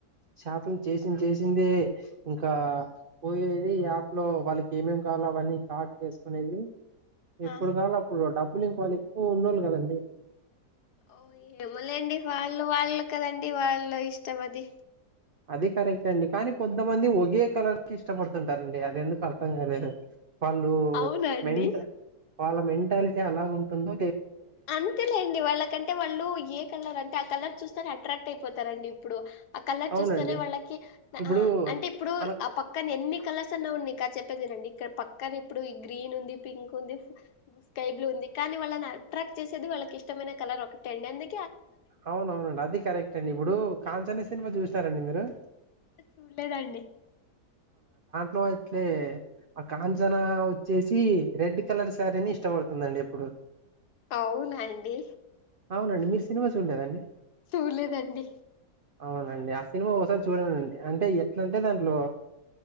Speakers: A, on the right; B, on the left.
A: షాపింగ్ చేసింది చేసిందే ఇంకా పోయేది యాప్ లో వాళ్ళకి ఏమేం కా వాలో అవన్నీ కార్ట్ వేసుకునేది ఎప్పుడు
B: ఆ
A: కాలో అప్పుడు డబ్బులు ఇంకో వాళ్ళు ఎక్కువ ఉన్నోళ్ళు కదండీ
B: ఓ ఏమోలేండీ వాళ్ళు వాళ్ళు కదండీ వాళ్ళు ఇష్టం అదీ
A: అది కరెక్టే అండీ కానీ కొంతమంది ఒగే కలర్ కి ఇష్టపడుతుంటారండీ అది ఎందుకొ అర్థం కాలేదు వాళ్ళు
B: అవునా అండి
A: మెంట్ వాళ్ళ మెంటాల్టీ అలాగుంటుందో
B: అంతేలేండీ వాళ్ళకంటే వాళ్ళు ఏ కలర్ అంటే కలర్ చూస్తేనే అట్రాక్ట్ అయిపోతారండీ ఇప్పుడు ఆ కలర్
A: అవునండి
B: చూస్తేనే వాళ్ళకి
A: ఇప్పుడు
B: ఆ అంటే ఇప్పుడు
A: మన
B: ఆ పక్కన ఎన్ని కలర్స్ ఉన్నా కూడా నిక్ చెప్ కదండీ ఇక్కడ పక్కనే ఇప్పుడు ఈ గ్రీన్ ఉందీ పింక్ ఉందీ స్కై బ్లూ ఉందీ కానీ వాళ్ళ నా అట్రాక్ట్ చేసేది వాళ్ళకీ ఇష్టమైన కలర్ ఒకటే అండీ అందు
A: అవునవునండీ అది కరెక్టే అండీ ఇప్పుడ కాంచన సినిమా చూసారండీ మీరు
B: అ చూళ్లేదండీ
A: మో ఎట్లే ఆ కనంచనా వచ్చేసీ రెడ్ కలర్ శారీని ఇష్టపడుతుందండీ ఇప్పుడు
B: అవునండీ
A: అవునండి మీర్ సినిమా చూడలేదా అండి
B: చూల్లేదండీ
A: అవునండీ ఆ సినిమ ఓసారి చూడలేదండీ అంటే ఎట్లుంటే దాంట్లో